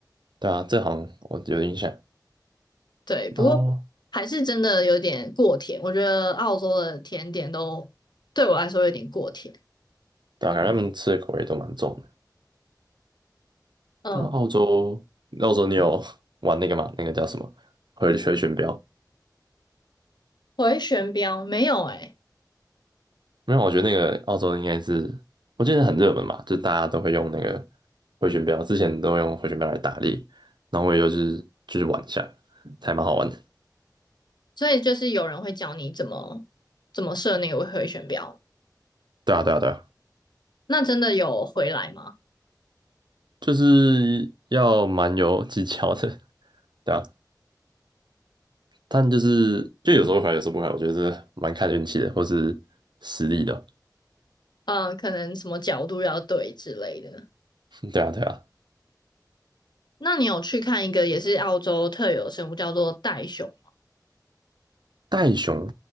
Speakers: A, on the right; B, on the left.
A: 对啊，这好像我有印象。
B: 对，不过
A: 哦，
B: 还是真的有点过甜，我觉得澳洲的甜点都对我来说有点过甜。
A: 对啊，感觉他们吃的口味都蛮重的。
B: 嗯，
A: 但澳洲，澳洲你有玩那个吗？那个叫什么？回回旋镖？
B: 回旋镖没有诶、
A: 没有，我觉得那个澳洲应该是，我记得很热门嘛，就大家都会用那个回旋镖，之前都用回旋镖来打猎，然后我也就是就是玩一下，还蛮好玩的。
B: 所以就是有人会教你怎么怎么设那个回旋镖，
A: 对啊，对啊，对啊，
B: 那真的有回来吗？
A: 就是要蛮有技巧的，对啊。但就是就有时候会，有时候不会，我觉得是蛮看运气的，或是实力的。
B: 嗯，可能什么角度要对之类的。
A: <laughs> 对啊，对啊。
B: 那你有去看一个也是澳洲特有的生物叫做袋熊？
A: 袋熊